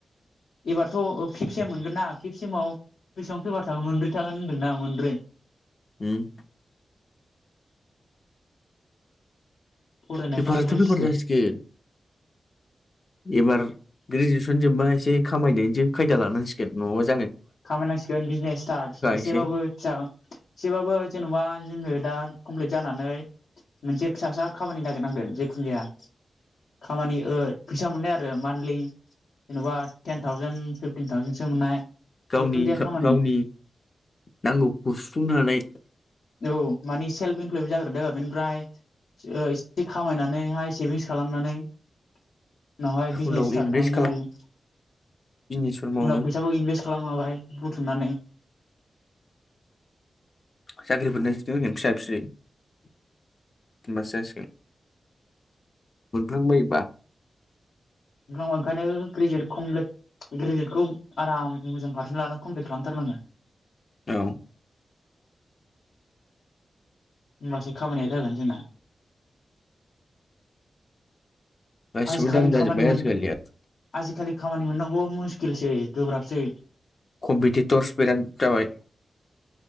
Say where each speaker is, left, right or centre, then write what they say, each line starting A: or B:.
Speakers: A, on the left (about 80°); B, on the left (about 45°).
A: एबारथ' ओ फिफसेम मोनगोन ना खेबसेमाव बेसेबां फैबार थागोन मोनब्रै थागोन होनदोंना मोनब्रै
B: उम
A: फरायनायफ्रा
B: पेफाराथ'
A: ओमफ्राय
B: पेफार
A: सिथो
B: जसिगोन एबार ग्रेजुवेसन जोबबा एसे खामायनायनिजों खायदा लानांसिगोन नङाबा ज
A: खामायनांसिगोन बिजनेस स्टार्ट एसेबाबो
B: एसे
A: फिसा एसेबाबो जेन'बा जोङो दा कमप्लिट जानानै मोनसे फिसासा खामानि नागिरनांगोन जेखुन जाया खामानि ओ फैसा मोननाय आरो मान्थलि जेन'बा टेन थावजेन फिफटिन थावजेनसो मोननाय
B: गावनि
A: जेखुनु
B: इनका
A: जाया खामानि
B: गावनि नांगौखौ सुफुंनो हानाय
A: औ मानि सेल्फ इमप्लयि जागोरदो बेनिफ्राय ओ एसे खामायनानैहाय सेभिंस खालामनानै उनावहाय बिजनेस
B: उनाव
A: स्टार्ट
B: इनभेस्ट
A: खालामनो हायो
B: बिजनेसफोर मावनो
A: उनाव फैसाखौ इनभे खालाम हाबाय बुथुमनानै
B: साख्रिफोर <unintelligible> होगोन फिसा फिसै होनबासो जासिगोन मोनफ्लांबायोबा
A: <unintelligible> ओंखायनो ग्रेजुवेट कमप्लिथ ग्रेजुवेट खौ आराम मोजां पारसेन लानानै कमप्लिट खालामथारनांगौ
B: औ
A: होमबासो खामानिया जागोन जोंना
B: गासिबो
A: आजिखालि
B: दाम जाजोबबाय
A: खामानि
B: आजिखालि
A: मोन आजिखालि खामानि मोननांगौवा मुस्किलसै गोब्राबसै
B: कम्पिटिट'रस बिराद जाबाय